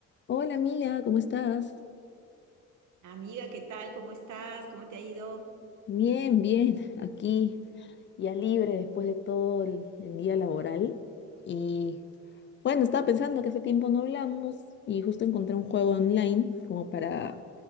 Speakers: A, on the left (about 40°); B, on the right (about 75°).
A: Hola amiga, ¿cómo estás?
B: Amiga, ¿qué tal? ¿Cómo estás? ¿Cómo te ha ido?
A: Bien, bien, <laughs> aquí ya libre después de todo el, el día laboral. Y bueno, estaba pensando que hace tiempo no hablamos y justo encontré un juego online como para